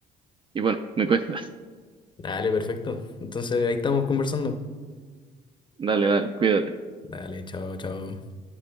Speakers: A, on the right; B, on the left.
A: y bueno, me cuentas.
B: Dale, perfecto. Entonces ahí estamos conversando.
A: <laughs> Dale, dale, cuídate.
B: Dale, chao, chao.